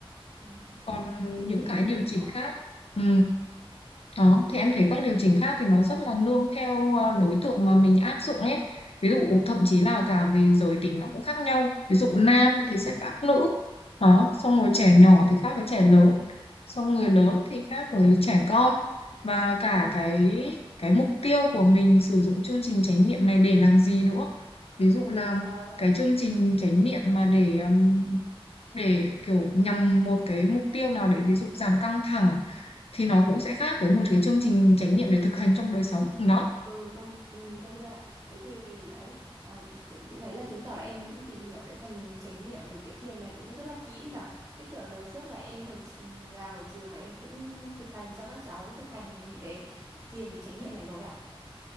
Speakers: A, on the right (about 30°); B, on the left (about 80°).
A: Ừ.
B: còn
A: Những
B: những
A: gì
B: cái
A: của
B: điều
A: hiện
B: chỉnh
A: tại.
B: khác ừ. Đó, thì em thấy các điều chỉnh khác thì nó rất là nương theo à, đối tượng mà mình áp dụng ấy. Ví dụ
A: Ừ.
B: thậm chí là cả về giới tính nó cũng khác nhau. Ví dụ nam
A: Ừ.
B: thì sẽ khác nữ. Đó, xong rồi trẻ
A: À.
B: nhỏ thì khác với trẻ lớn. Xong người
A: À.
B: lớn thì khác với trẻ con. Và
A: Ừ.
B: cả cái cái mục tiêu của mình sử dụng chương trình chánh niệm này để làm gì nữa. Ví dụ là
A: Ờ.
B: cái chương trình chánh niệm mà để um, để kiểu nhằm một cái mục tiêu nào để ví dụ giảm căng thẳng thì nó cũng sẽ khác với một cái chương trình chánh niệm để thực hành trong đời sống đó
A: ừ công ừ, công nhận thế thì đấy ờ, chị, chị thấy là chứng tỏ là em cũng tìm hiểu cái phần chánh niệm về cái thiền này cũng rất là kỹ nhở thế kiểu lần trước là em ở tr- làm ở trường là em cũng thực hành cho các cháu thực hành những cái thiền cái chánh niệm này rồi à